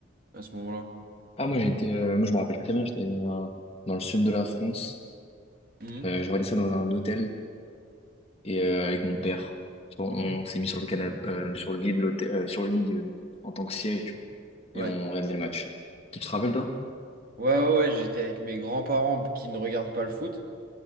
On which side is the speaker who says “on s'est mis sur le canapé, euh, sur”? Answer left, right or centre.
Left